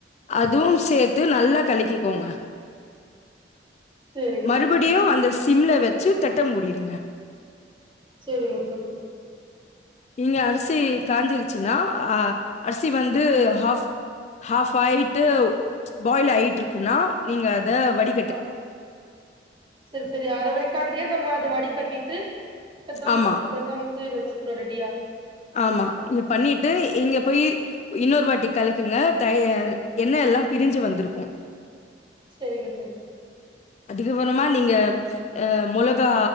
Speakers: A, on the left; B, on the right.
A: அதுவும் சேர்த்து நல்லா கலக்கிக்கோங்க
B: செரிங்க
A: மறு படியு அந்த சிம்ல வச்சு தெட்ட மூடியிருங்க
B: செரிங்க தோழி
A: இங்க அரிசி காஞ்சிருச்சுன்னா அ அரிசி வந்து ஹாஃப் ஹாஃப் ஆயிட்டு பாயில் ஆயிட்ருக்குனா நீங்க அத வடி
B: ஆ செரி செரி அர வேக்காட்லயே நம்ம அது வடி கட்டிட்டு தம்
A: ஆமா
B: புட தம்க்கு வச்சுக்கனு ரெடியா
A: ஆமா இது பண்ணிட்டு இங்க போய் இன்னொரு வாட்டி கலக்குங்க த எண்ண எல்லா பிரிஞ்சு வந்திருக்கும்
B: சரிங்க தோழி
A: அதுக்கப்பறமா நீங்க ஆ மொளகா